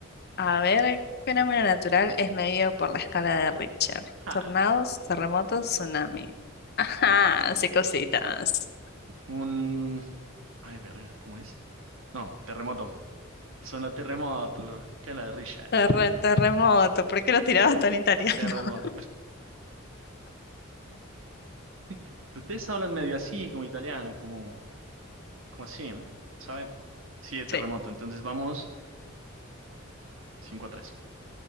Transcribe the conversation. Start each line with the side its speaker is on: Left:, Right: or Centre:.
Left: A ver, el fenómeno natural es medido por la escala de Richter.
Right: Ja.
Left: Tornados, terremotos, tsunami. Ajá, sí, cositas.
Right: Un... Ay, verga, ¿cómo es? No, terremoto. Son los terremotos, los- que la de Richard.
Left: Terren- terremoto, ¿por qué lo tirabas tan italiano?
Right: Terremoto.
Left: <laughs>
Right: <laughs> Ustedes hablan medio así, como italiano, como, como así, ¿sabe? Sí, de terremoto.
Left: Sí.
Right: Entonces vamos. 5 a tres